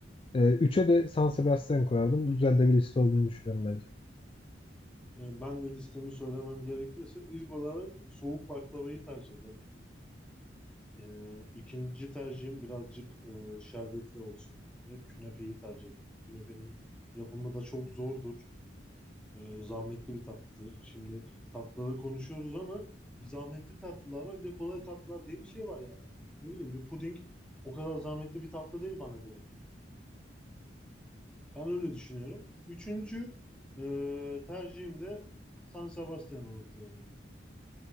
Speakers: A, on the left (about 30°); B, in the centre.
A: E, üçe de San Sebastian koyardım. Güzel de bir liste olduğunu düşünüyorum bence.
B: E, Ben de listemi söylemem gerekirse ilk olarak soğuk baklavayı tercih ederim. Ee, ikinci tercihim birazcık e, şerbetli olsun dedim ve künefeyi tercih ettim. Künefenin yapımı da çok zordur. Ee, zahmetli bir tatlıdır. Şimdi tatlıları konuşuyoruz ama bir zahmetli tatlılar var bir de kolay tatlılar diye bir şey var yani. Ne bileyim bir puding o kadar zahmetli bir tatlı değil bana göre. Ben öyle düşünüyorum. Üçüncü e, tercihim de San Sebastian olurdu yani.